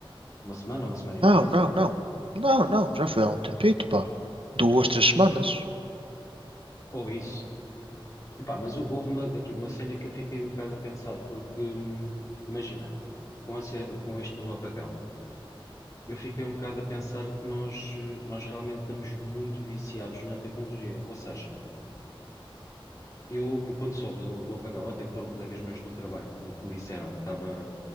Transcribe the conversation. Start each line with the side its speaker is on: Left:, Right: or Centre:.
Left: Uma semana, uma semana e
Right: Não,
Left: meia, o
Right: não,
Left: que é que foi?
Right: não. Não, não. Já foi há um tempito, pá. Duas, três semanas.
Left: Ou isso. Epá, mas hou- houve uma- aqui uma cena que eu fiquei um bocado a pensar, porque, hum, imagina, com, a ce- com isto do apagão, eu fiquei um bocado a pensar que nós, eh, nós realmente estamos muito viciados na tecnologia. Ou seja, Eu, eu quando soube do, do apagão, até que foram colegas meus do trabalho que me que me disseram que estava,